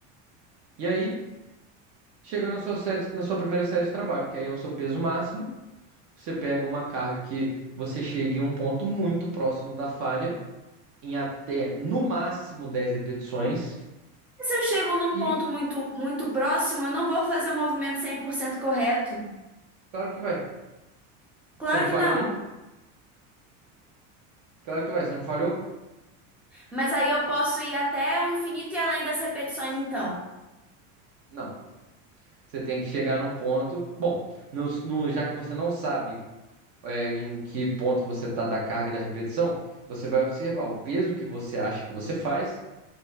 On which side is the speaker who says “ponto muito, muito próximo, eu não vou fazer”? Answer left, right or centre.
Centre